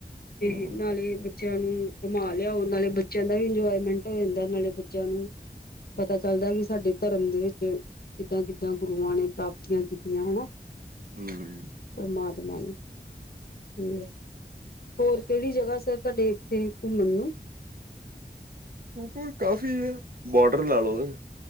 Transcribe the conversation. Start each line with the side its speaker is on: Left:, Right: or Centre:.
Left: ਤੇ
Right: ਹਮ
Left: ਨਾਲੇ। ਚਿਆਂ ਨੂੰ ਘੁੰਮਾ ਲਿਆਓ ਨਾਲੇ ਬੱਚਿਆਂ ਦਾ ਵੀ ਇੰਜੋਏਮੈਂਟ ਹੋ ਜਾਂਦਾ ਨਾਲੇ ਬੱਚਿਆਂ ਨੂੰ ਪਤਾ ਚੱਲਦਾ ਕਿ ਸਾਡੇ ਧਰਮ ਦੇ ਵਿੱਚ ਕਿੱਦਾਂ- ਕਿੱਦਾਂ ਗੁਰੂਆਂ ਨੇ ਪ੍ਰਾਪਤੀਆਂ ਕੀਤੀਆਂ ਹਨਾ।
Right: ਹਮ <unintelligible>
Left: ਪਰਮਾਤਮਾ ਨੇ ਠੀਕ ਆ। ਹੋਰ ਕਿਹੜੀ ਜਗ੍ਹਾ ਸਰ ਤੁਹਾਡੇ ਇੱਥੇ ਘੁੰਮਣ ਨੂੰ?
Right: ਉਰ ਕਾਫ਼ੀ ਆ ਬੋਡਰ ਲਾ ਲਓ।